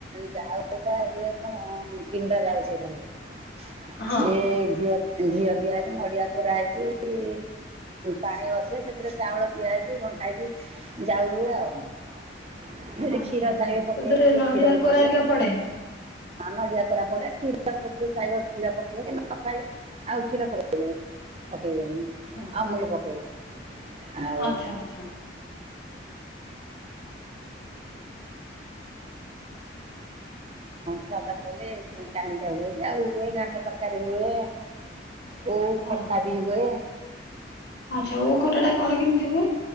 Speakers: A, on the right; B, on the left.
A: ଯାଉଟା ହୁଏ କଣ ପିଣ୍ଡ ଯାଉ ସେଟା ହୁଏ।
B: ହଁ।
A: ସିଏ ଘିଅ ଘିଅ ଦିଆ ହେଇକି ନଡିଆ କୋରା ହେଇକି ପାଣି ବସେ ସେଥିରେ ଚାଉଳ ଦିଆହଇକି ଘଣ୍ଟା ହେକି ଯାଉ ହଏ ଆଉ। ଯଦି
B: ଆଚ୍ଛା
A: କ୍ଷୀର
B: ଆଚ୍ଛା
A: ଚାହିଁବେ ପକେଇବାକୁ
B: ତା ଦେହରେ
A: ଟେ
B: ନଡିଆ
A: କ୍ଷୀର ବି
B: କୋରା
A: ପଡିବ।
B: ହେରିକା ପଡେ?
A: ହ ନଡିଆ କରା ପଡେ କ୍ଷୀର ଯିଏ ଚାହିବ କ୍ଷୀର ପକେଇବ ନ ଖାଇବେ ଆଉ କ୍ଷୀର ପକେଇବେ ପକେଇବନି
B: ହଁ।
A: ଆଉ ଅମୁଲ ପକେଇ ଆଉ
B: ଆଚ୍ଛା ଆଚ୍ଛା
A: ଶଧା ପହଲେ କାନିକା ହୁଏ ଯାଉ ହୁଏ ଘାଣ୍ଟ ତରକାରୀ ହୁଏ। ଓଉ
B: ହଁ
A: ଖଟା
B: ହଁ
A: ବି ହୁଏ।
B: ଆଚ୍ଛା ଓଉ ଖତା ଟା କଣ କେମିତି ହୁଏ?